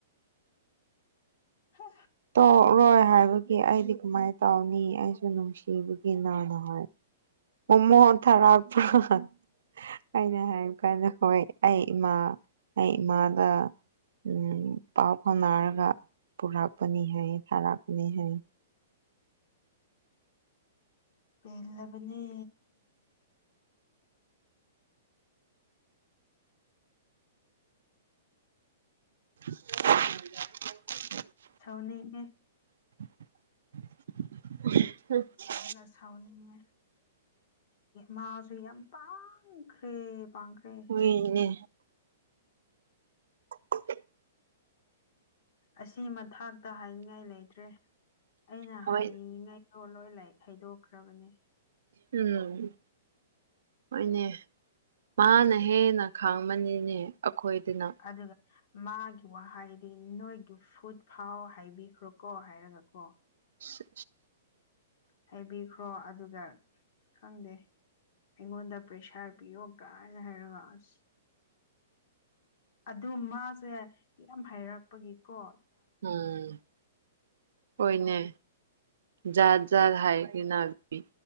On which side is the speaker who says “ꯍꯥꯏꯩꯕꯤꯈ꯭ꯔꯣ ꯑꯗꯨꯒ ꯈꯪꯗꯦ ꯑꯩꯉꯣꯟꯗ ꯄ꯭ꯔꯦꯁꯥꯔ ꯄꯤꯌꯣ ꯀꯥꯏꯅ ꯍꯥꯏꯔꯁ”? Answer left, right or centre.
Left